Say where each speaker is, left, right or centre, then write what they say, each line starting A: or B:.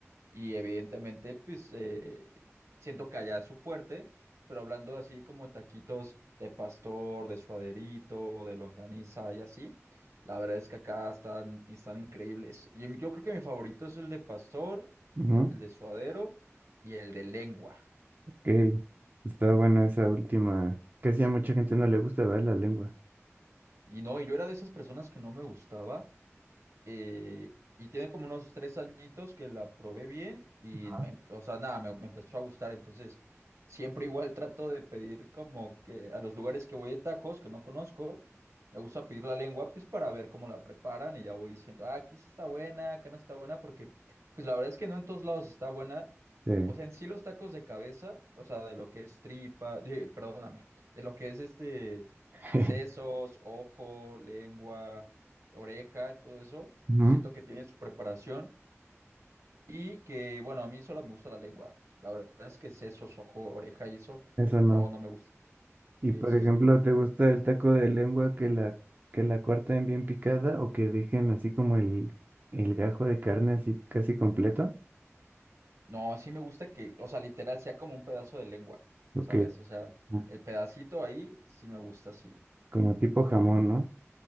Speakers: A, on the right; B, on the right.
A: Y evidentemente, pues eh, siento que allá es su fuerte, pero hablando así como taquitos de pastor, de suaderito, de longaniza y así, la verdad es que acá están, están increíbles. Yo yo creo que mi favorito es el de pastor,
B: Ajá.
A: el de suadero y el de lengua.
B: Ok. Está buena esa última. Casi a mucha gente no le gusta, ver La lengua.
A: Y no, y yo era de esas personas que no me gustaba. Eh, y tiene como unos tres añitos que la probé bien y
B: Ajá.
A: me, o sea, nada, me, me empezó a gustar. Entonces, siempre igual trato de pedir como que a los lugares que voy de tacos, que no conozco, me gusta pedir la lengua, pues para ver cómo la preparan y ya voy diciendo, ah, aquí sí está buena, acá no está buena, porque pues la verdad es que no en todos lados está buena.
B: Sí.
A: O sea, en sí los tacos de cabeza, o sea, de lo que es tripa, de- perdóname, de lo que es este,
B: <laughs>
A: sesos, ojo, lengua oreja, todo eso.
B: Ujú,
A: Siento que tienen su preparación y que, bueno, a mí solo me gusta la lengua. La verdad es que sesos, ojo, oreja y eso,
B: Eso no.
A: no, no me gusta.
B: Y
A: Sí,
B: por
A: sí,
B: ejemplo,
A: sí.
B: ¿te gusta el taco de lengua que la que la corten bien picada o que dejen así como el, el gajo de carne así casi completo?
A: No, sí me gusta que, o sea, literal sea como un pedazo de lengua,
B: Ok.
A: ¿sabes? O sea,
B: Ah,
A: el pedacito ahí sí me gusta, sí.
B: Como tipo jamón, ¿no?